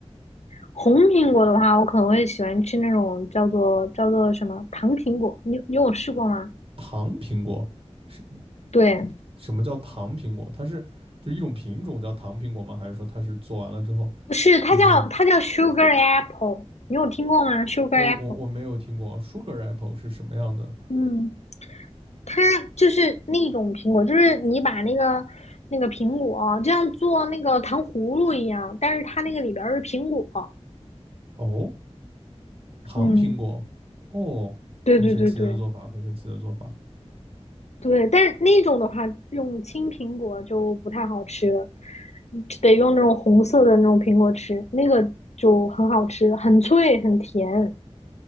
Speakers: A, on the left; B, on the right.
A: 红苹果的话，我可能会喜欢吃那种叫做叫做什么糖苹果。你你有试过吗？
B: 糖苹果。是
A: 对，
B: 什么叫糖苹果？它是就是一种品种叫糖苹果吗？还是说它是做完了之后
A: 不是，它叫它叫
B: 就是用
A: sugar apple，你有听过吗？sugar
B: 我我我没有听过
A: apple，
B: sugar apple 是什么样的
A: 嗯。它就是那种苹果，就是你把那个那个苹果就像做那个糖葫芦一样，但是它那个里边儿是苹果。
B: 哦，糖苹果哦，
A: 嗯，对对对对
B: 很神奇的做法，很神奇的做法，
A: 对，但是那种的话，用青苹果就不太好吃了，就得用那种红色的那种苹果吃，那个就很好吃，很脆很甜。